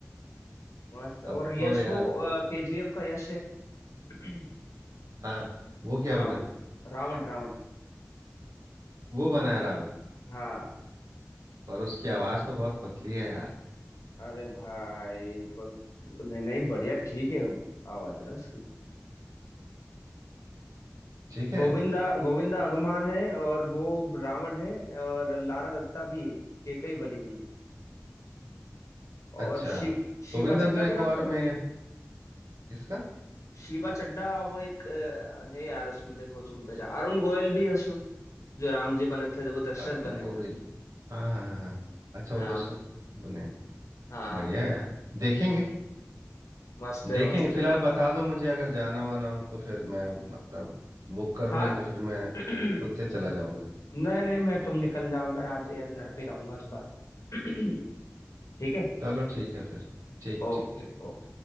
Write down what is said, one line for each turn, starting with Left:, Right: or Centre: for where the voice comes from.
Left: मस्त और
Right: हो अब
Left: यश
Right: तो यार
Left: वो केजीएफ का यश है <clears throat>
Right: हाँ वो क्या
Left: हाँ
Right: बना
Left: वो- रावण रावण
Right: वो बनाए रावत
Left: हाँ
Right: पर उसकी आवाज तो बहुत पतली है यार
Left: अरे भाई ब- नहीं नहीं बढ़िया ठीक है आवाज यार उसकी
Right: ठीक है
Left: गोविंदा गोविंदा हनुमान है और वो रावण है और लारा दत्ता भी है केकई बनी हुई है और
Right: अच्छा
Left: शि, शिवा
Right: गोविंदा
Left: चड्ढा
Right: तो एक
Left: को जानते
Right: और
Left: हो
Right: में किसका
Left: शिवा चड्ढा वो एक अ, है यार उसमें देखो तुम पहचान अरुण गोयल भी है जो राम जी बने थे जब वो दशरथ
Right: अ,
Left: बने
Right: गोविल
Left: हुए हैं।
Right: हाँ हाँ हाँ हाँ अच्छा
Left: हाँ
Right: वो दशरथ बने हैं।
Left: हाँ
Right: बढ़िया यार देखेंगे
Left: हम्म, मस्त है
Right: देखेंगे
Left: मस्त है
Right: फिलहाल
Left: भाई।
Right: बता दो मुझे अगर जाना वाना हो तो फिर मैं अपना बुक करूँ
Left: हाँ
Right: नहीं तो फिर मैं
Left: <clears throat>
Right: खुद से चला जाऊंगा
Left: नहीं नहीं मैं तुम निकल जाओ मैं आज यार घर पे रहूंगा थोड़ा <clears throat> ठीक है
Right: चलो ठीक है फिर ठीक
Left: Okay
Right: ठीक ठीक
Left: okay